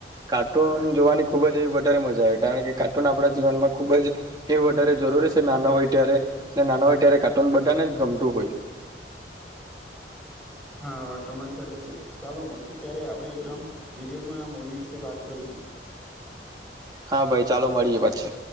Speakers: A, on the right (about 25°); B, in the centre.
A: કાર્ટૂન જોવાની ખુબ જ એવી બ વધ મજા આવે કારણ કે કાર્ટૂન આપણા જીવનમાં ખુબ જ એ વધારે જરૂરી છે નાના હોય ત્યારે નાના હોય ત્યારે કાર્ટૂન બધાને જ ગમતું હોય.
B: હા વાત તોરી સાજ છે ચાલો મળશું ત્યારે આપડણે એકદમ ડિટેલમાં આ મુવી વિશે વાત કરીશું.
A: હા ભાઈ ચાલો મળીએ પછી.